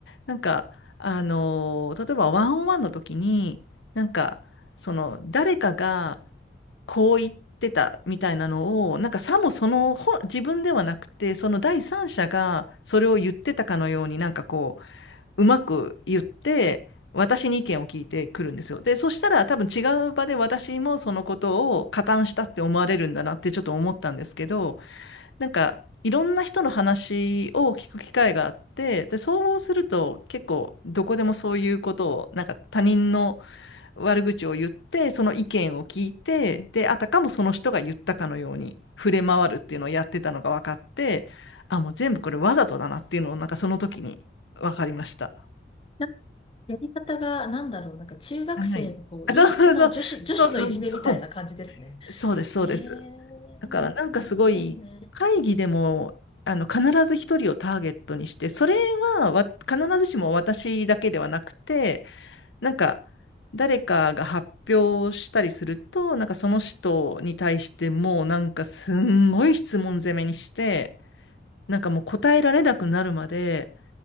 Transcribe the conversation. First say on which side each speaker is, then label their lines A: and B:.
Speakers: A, on the left; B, on the left.
A: なんか、あのー例えばワンオンワンの時に、なんか、その、誰かが、こう言ってたみたいなのを、なんかさもその本、自分ではなくて、その第三者がそれを言ってたかのように、なんかこう、うまく言って、私に意見を聞いてくるんですよ。で、そしたら多分違う場で私もそのことを加担したって思われるんだなってちょっと思ったんですけど、なんかいろんな人の話を聞く機会があって、で、そうすると結構どこでもそういうことを、なんか他人の悪口を言って、その意見を聞いて、で、あたかもその人が言ったかのように触れ回るっていうのをやってたのが分かって、あ、もう全部これわざとだなっていうのをなんかその時に分かりました。
B: なんかやり方が、なんだろう、なんか中学生のこう、
A: あない。あそうそう、
B: 陰湿な女子、女子のいじめみたいな感じですね。
A: そうそうそう、そうです、そうです。
B: え
A: だからなんかすごい会議でもあの必ず一人をターゲットにして、
B: ー、なん、なんでしょうね。
A: それはわ必ずしも私だけではなくて、なんか、誰かが発表したりすると、なんかその人に対してもうなんかすんごい質問攻めにして、なんかもう答えられなくなるまで